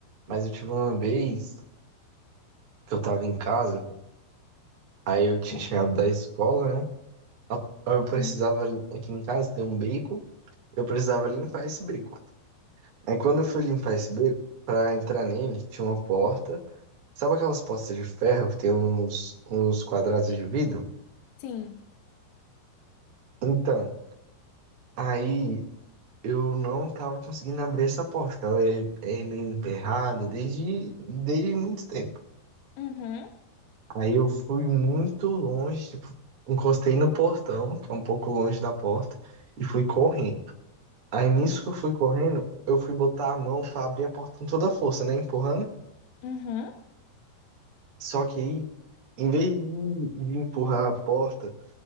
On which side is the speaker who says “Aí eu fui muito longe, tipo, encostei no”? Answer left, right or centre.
Right